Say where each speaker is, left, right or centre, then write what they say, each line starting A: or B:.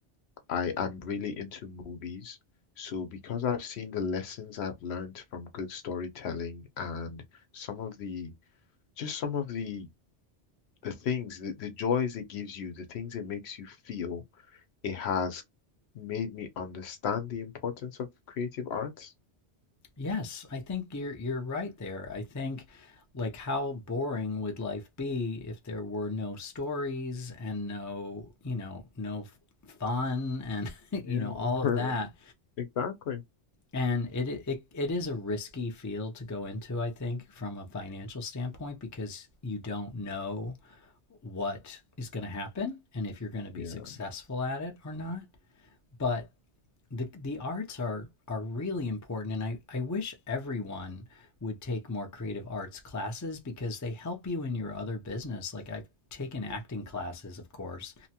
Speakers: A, on the left; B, on the left.
A: I I'm really into movies. So because I've seen the lessons I've learned from good storytelling and some of the just some of the the things, the, the joys it gives you, the things it makes you feel. It has made me understand the importance of creative arts.
B: Yes, I think you're you're right there. I think like how boring would life be if there were no stories and no, you know, no fun and <laughs> you
A: Yeah,
B: know all of that
A: <laughs> exactly.
B: and it, it it is a risky field to go into i think from a financial standpoint because you don't know what is going to happen and if you're going to be
A: Yeah.
B: successful at it or not but the the arts are are really important and I, I wish everyone would take more creative arts classes because they help you in your other business like i've taken acting classes of course